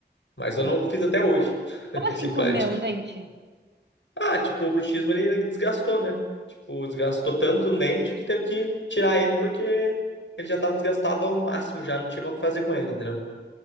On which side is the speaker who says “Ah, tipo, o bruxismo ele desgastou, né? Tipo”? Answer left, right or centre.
Left